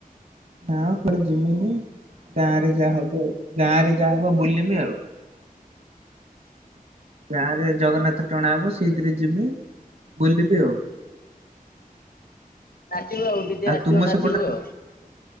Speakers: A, on the right; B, on the left.
A: ନାଁ କୁଆଡେ ଜିମିିନି। ଗାଁ ରେ ଯାହା ହବ ଆଉ। ଗାଁ ରେ ଯାହା ହବ ବୁଲବି ଆଉ। ଗାଁ ରେ ଜଗନ୍ନାଥ ଟଣା ହବ ସେଇଥିରେ ଯିମି ବୁଲିବି ଆଉ।
B: ନାଚିବୁ ଆଉ ଡି ଜେ ଆସିବ
A: ତୁମ ସେପଟରେ
B: ନାଚିବୁ ଆଉ।